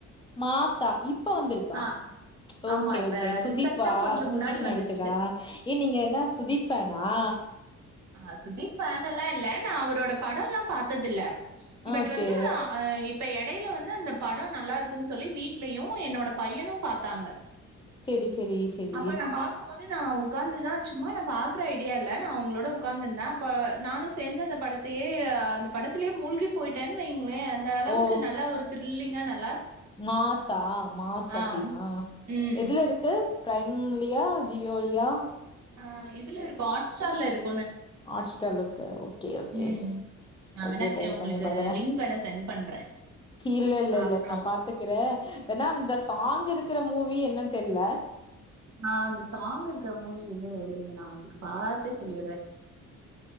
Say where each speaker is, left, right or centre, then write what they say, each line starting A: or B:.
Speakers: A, on the left (about 15°); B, on the right (about 60°).
A: மாசா இப்ப வந்திருக்கா
B: ஆ
A: ஓகே
B: ஆமா இப்ப
A: ஓகே சுதீப்பா
B: ரீசெண்டா கொஞ்சம்
A: சுதீப்
B: முன்னாடி
A: நடிச்சதா
B: வந்துச்சு
A: ஏ நீங்க என்ன சுதீப் ஃபேன் ஆ
B: ஆஹ் சுதீப் ஃபேன் எல்லா இல்ல நா அவரோட பட எல்லா பாத்தது இல்ல பட்
A: ஓகே
B: வந்து அ இப்ப எடையில வந்து அந்த படம் நல்லா இருக்குன்னு சொல்லி வீட்லயு என்னோட பையனும் பாத்தாங்க
A: செரி செரி செரி
B: அப்ப நா பாக்கும்போது நா உக்காந்துதா சும்மா நா பாக்குற ஐடியா இல்ல நா அவுங்களோட உட்காந்துருந்த அப்ப நானு சேந்து அந்த படத்தையே அந்த படத்திலயே மூழ்கி போயிட்டேன்னு வைங்க ளே அந்த அளவுக்கு
A: ஓ
B: நல்லா ஒரு திரில்லிங்கா நல்
A: மாசா மாசு
B: ஆ.
A: அப்டின்னா
B: ம்.
A: எதுல இருக்கு பிரைம்லியா ஜியோலியா
B: ஆஹ் இதுல இரு ஹாட்ஸ்டார்ல இருக்
A: ஹாட்ஸ்டார்ல இருக்கா ஓகே ஓகே
B: ம். நான்
A: ஓகே
B: வேணா கே-
A: டைப்
B: உங்களுக்கு
A: பண்ணி பாக்குறேன்
B: லிங்க் வேணா சென்ட் பண்றேன்.
A: இல்ல இல்ல இல்ல
B: அப்புறம்
A: நா பாத்துக்குறேன் ஏனா இந்த சாங் இருக்குற மூவி என்னன்னு தெர்ல
B: ஆஹ் அந்த சாங் இருக்குற மூவி வந்து இருங்க நா உங்களுக்கு பாத்தே சொல்லி